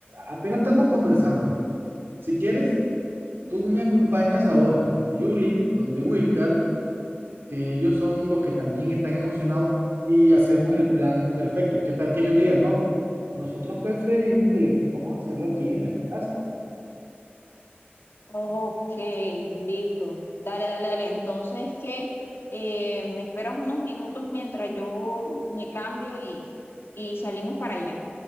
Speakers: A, on the right; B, on the left.
A: apenas estamos conversándolo. Si quieres, tú me acompañas ahora donde Julie, donde Wilcar, que ellos son los que también están emocionados y hacemos el plan perfecto. ¿Qué tal que ellos digan? No, nosotros preferimos que vamos a hacerlo aquí en nuestra casa.
B: Ok, listo. Dale, dale, dale. Entonces, ¿qué? Eh, me esperas unos minutos mientras yo me cambio y, y salimos para allá.